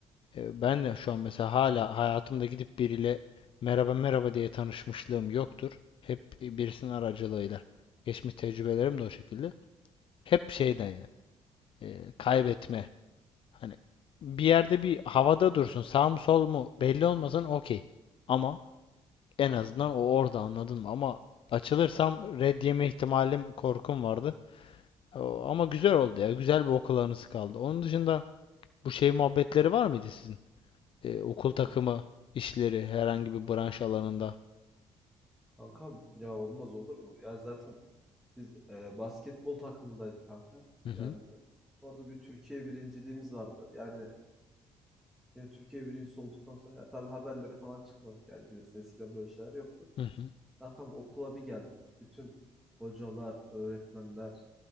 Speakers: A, on the left; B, in the centre.
A: e, ben de şu an mesela hala hayatımda gidip biriyle merhaba merhaba diye tanışmışlığım yoktur. Hep e, birisinin aracılığıyla. Geçmiş tecrübelerim de o şekilde. Hep şeyden yani e, kaybetme. Hani bir yerde bir havada dursun sağ mı sol mu belli olmasın okey. Ama En azından o orada anladın mı? Ama açılırsam
B: Evet.
A: red yeme ihtimalim korkum vardı. O- Ama güzel oldu ya. Güzel bir okul anısı kaldı. Onun dışında bu şey muhabbetleri var mıydı sizin? Ee, okul
B: Ne
A: takımı
B: kanka?
A: işleri herhangi bir branş alanında.
B: Kankam ya olmaz olur mu? Ya zaten biz e, basketbol takımındaydık kanka.
A: Hı hı,
B: Yani orada bir Türkiye birinciliğimiz vardı. Yani Yani Türkiye birincisi olduktan sonra ya tabii haberlere falan çıkmadık yani bilirsin eskiden böyle şeyler yoktu.
A: hı hı,
B: Kankam okula bir geldik. Bütün hocalar, öğretmenler